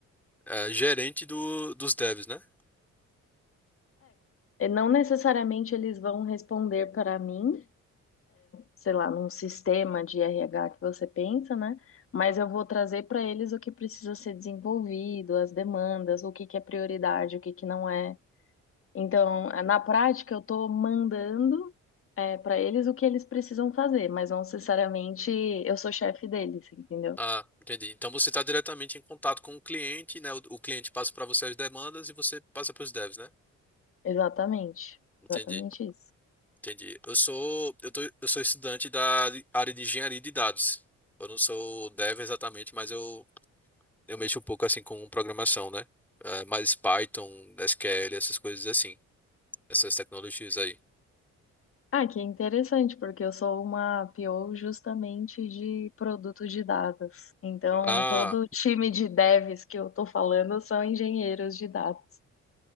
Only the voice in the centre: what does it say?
é, gerente do, dos devs, né?
Ah, entendi. Então você está diretamente em contato com o cliente, né? O, o cliente passa para você as demandas e você passa para os devs, né?
Entendi,
entendi. Eu sou eu tô, eu sou estudante da área de engenharia de dados. Eu não sou dev exatamente, mas eu eu mexo um pouco assim com programação, né? Eh, mais Python, SQL, essas coisas assim, essas tecnologias aí.
Ah,